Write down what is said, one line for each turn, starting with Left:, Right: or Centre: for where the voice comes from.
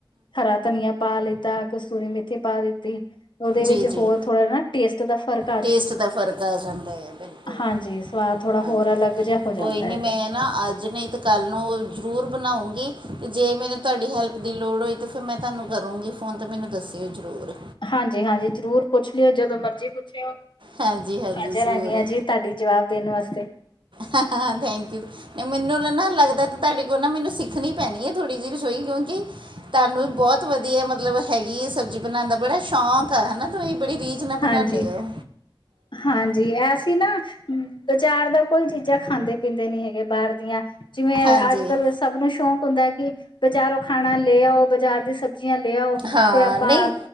Left: ਹਰਾ ਧਨੀਆ ਪਾ ਲਿੱਤਾ ਕਸਤੂਰੀ ਮੇਥੀ ਪਾ ਦਿੱਤੀ ਉਹਦੇ ਵਿੱਚ
Right: ਜੀ ਜੀ
Left: ਹੋਰ ਥੋੜਾ ਨਾ ਟੇਸਟ ਦਾ ਫਰਕ
Right: ਟੇਸਟ ਦਾ ਫ਼ਰਕ ਆ ਜਾਂਦਾ ਹੈ ਬਿਲਕੁਲ
Left: ਹਾਂਜੀ ਸਵਾਦ ਥੋੜ੍ਹਾ
Right: ਹਾਂਜੀ
Left: ਹੋਰ ਅਲੱਗ ਜਿਹਾ ਹੋ ਜਾਂਦਾ
Right: ਕੋਈ ਨਹੀਂ
Left: ਹੈਗਾ
Right: ਮੈਂ ਅੱਜ ਨਹੀਂ ਤਾਂ ਕੱਲ੍ਹ ਨੂੰ ਜ਼ਰੂਰ ਬਣਾਊਂਗੀ ਤੇ ਜੇ ਮੈਨੂੰ ਤੁਹਾਡੀ ਹੈਲਪ ਦੀ ਲੋੜ ਹੋਈ ਤਾਂ ਫਿਰ ਮੈਂ ਤੁਹਾਨੂੰ ਕਰੂੰਗੀ ਫੋਨ ਤਾਂ ਮੈਨੂੰ ਦੱਸਿਓ ਜ਼ਰੂਰ
Left: ਹਾਂਜੀ ਹਾਂਜੀ ਜ਼ਰੂਰ ਪੁੱਛ ਲਿਓ ਜਦੋਂ ਮਰਜੀ ਪੁੱਛਿਓ
Right: ਹਾਂਜੀ ਹਾਂਜੀ
Left: ਹਾਜ਼ਰ
Right: ਜ਼ਰੂਰ
Left: ਹੈਗੀਆਂ ਜੀ ਤੁਹਾਡੀ ਜਵਾਬ ਦੇਣ ਵਾਸਤੇ
Right: ਹਾਂ ਹਾਂ ਥੈਂਕ ਯੂ ਮੈਨੂੰ ਨਾ ਨਾ ਲੱਗਦਾ ਤੇ ਤੁਹਾਡੇ ਕੋਲ ਨਾ ਮੈਨੂੰ ਸਿੱੱਖਣੀ ਪੈਣੀ ਹੈ ਥੋੜ੍ਹੀ ਜਿਹੀ ਰਸੋਈ ਕਿਉਂਕਿ ਤੁਹਾਨੂੰ ਵੀ ਬਹੁਤ ਵਧੀਆ ਮਤਲਬ ਹੈਗੀ ਹੈ ਸਬਜ਼ੀ ਬਣਾਉਣ ਦਾ ਬੜਾ ਸ਼ੌਂਕ ਆ ਹਨਾ ਤੁਰੀ ਬੜੀ ਰੀ ਨਾ ਬਣਾਉਦੇ
Left: ਹਾਂਜੀ
Right: ਉਹ
Left: ਹਾਂਜੀ ਐਸੀ ਨਾ ਵਿਚਾਰ ਦਾ ਕੋਈ ਚੀਜ਼ਾਂ ਖਾਂਦੇ ਪੀਂਦੇ ਨੀ ਹੈਗੇ ਬਾਹਰ ਦੀਆਂ ਜਿਵੇਂ
Right: ਹਾਂਜੀ
Left: ਅੱਜ ਕੱਲ ਸਭ ਨੂੰ ਸ਼ੌਕ ਹੁੰਦਾ ਕਿ ਬਜ਼ਾਰੋਂ ਖਾਣਾ ਲੈ ਆਓ ਬਜ਼ਾਰ ਦੀ ਸਬਜ਼ੀਆਂ ਲੈ ਆਓ
Right: ਹਾਂ
Left: ਤੇ ਆਪਾਂ
Right: ਨਹੀਂ